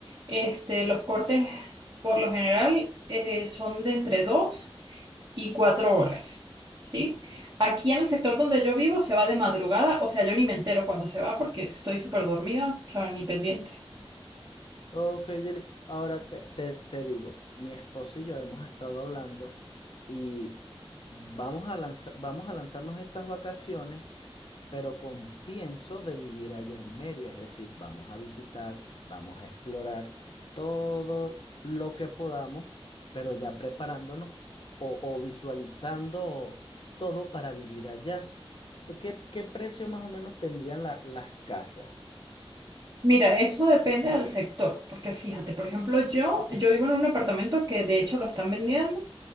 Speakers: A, on the right; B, on the left.
A: este, los cortes por lo general eh, son de entre dos y cuatro horas, ¿sí? Aquí en el sector donde yo vivo se va de madrugada, o sea, yo ni me entero cuando se va porque estoy súper dormida, o sea, ni pendiente.
B: Ok, Yeli. Ahora te, te, te digo, mi esposo y yo hemos estado hablando y vamos a lanza- vamos a lanzarnos estas vacaciones, pero con pienso de vivir allá en Mérida, es decir, vamos a visitar, vamos a explorar todo lo que podamos, pero ya preparándonos o, o visualizando todo para vivir allá. ¿Qué, qué precio más o menos tendrían la- las casas?
A: Mira, eso depende del sector, porque fíjate, por ejemplo, yo, yo vivo en un apartamento que de hecho lo están vendiendo,